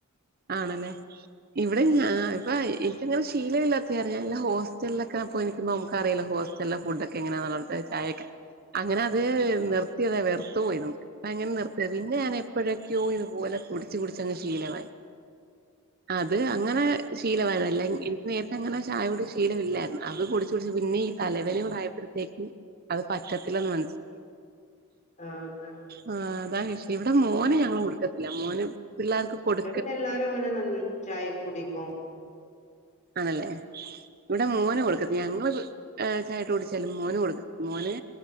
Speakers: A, on the right (about 45°); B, on the left (about 35°).
A: ആണല്ലെ ഇവടെ ഞ്ഞാ ഇപ്പൊ എൻക്ക് ഇങ്ങനെ ശീലം ഇല്ലാത്ത അറിഞ്ഞല്ല ഹോസ്റ്റൽലൊക്ക പോയി നമുക്ക അറിയാലോ ഹോസ്റ്റൽലെ ഫുഡ് ഒക്കെ എങ്ങനാള്ള ചായക്കെ അങ്ങന അത് നിർത്തിയതാ വെർത്തു പോയി നമുക്ക് അങ്ങനെ നിർത്തിത് പിന്നെ ഞാന് എപ്പഴൊക്കെയോ ഇതുപോലെ കുടിച്ച് കുടിച്ച് അങ്ങ് ശീലമായി അത് അങ്ങനെ ശീലമായതല്ല ഇൻക്ക് നേര്ത്തെ അങ്ങനെ ചായോട് ശീലമില്ലായിരുന്നു അത് കുടിച്ച് കുടിച്ച് പിന്നി തലവേദനയും കൂട ആയപ്പഴത്തേക്കും അത് പറ്റത്തില്ലന്ന് മനസ്സി
B: ആ ആ
A: ആ അതാ വിഷയം ഇവട മോന് ഞങ്ങള് കൊടുക്കത്തില്ല മോന് പിള്ളേർക്ക് കൊട്
B: ഇവട എല്ലാരും അങ്ങനെ നൽ ചായക്ക കുടിക്കും
A: ആണല്ലേ ഇവട മോന് കൊടുക്കത്തില്ല ഞങ്ങള് ചായ ഇട്ട് കുടിച്ചാലും മോന് കൊടുക്കത്തില്ല മോന്